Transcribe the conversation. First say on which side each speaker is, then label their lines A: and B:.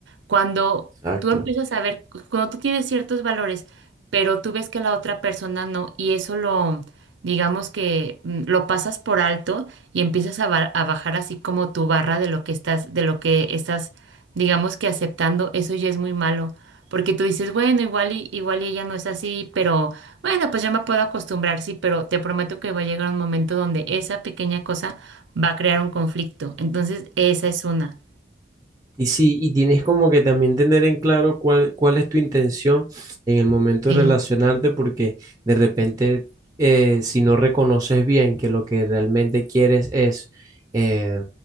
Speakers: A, on the right; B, on the right.
A: Cuando
B: Exacto.
A: tú empiezas a ver, cuando tú tienes ciertos valores, pero tú ves que la otra persona no, y eso lo, digamos que mm, lo pasas por alto y empiezas a, ba- a bajar así como tu barra de lo que estás, de lo que estás, digamos que aceptando, eso ya es muy malo. Porque tú dices, bueno, igual y, igual y ella no es así, pero bueno, pues ya me puedo acostumbrar, sí, pero te prometo que va a llegar un momento donde esa pequeña cosa va a crear un conflicto. Entonces, esa es una.
B: Y sí, y tienes como que también tener en claro cuál, cuál es tu intención en el momento de
A: Sí,
B: relacionarte, porque de repente, eh, si no reconoces bien que lo que realmente quieres es eh,